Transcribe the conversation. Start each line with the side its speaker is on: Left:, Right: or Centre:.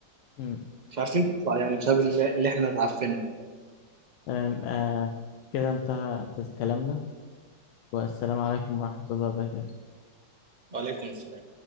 Left: أمم،
Right: مش عارفين نطلع يعني بسبب اللي اللي إحنا اتعفنا
Left: آم، آه كده انتهى كلامنا والسلام عليكم ورحمة الله وبركاته
Right: وعليكم السلام